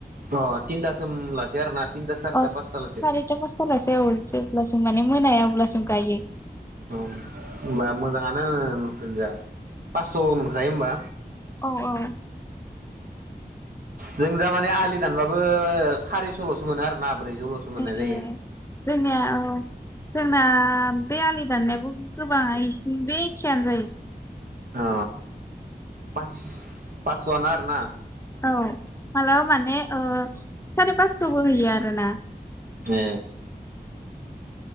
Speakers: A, on the right; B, on the left.
A: अ तिनथासिम लासै आरो ना तिनथा सारिथा
B: अ
A: पासथालासे
B: सारिता पासतालासे औ जेब्लाो माने मोनाया अब्ला जों गायो
A: ओ होमबा मोजाङानो नोंसिनि जा पास्स' मोनखायो होमबा
B: औ औ
A: जों दा माने आलि दानबाबो सारिस' ल'सो मोनो आरोना ब्रैजौल'सो मोननाय
B: ए
A: जायो।
B: ए जोंनिया औ जोंना बे आलि दाननायाबो गोबाङा इसिनि बे एखेयानो जायो।
A: आ पास पास्स आनो आरो ना
B: औ मालाबा मानो माने ओ सारि पास्स'बो हैयो आरोना
A: ए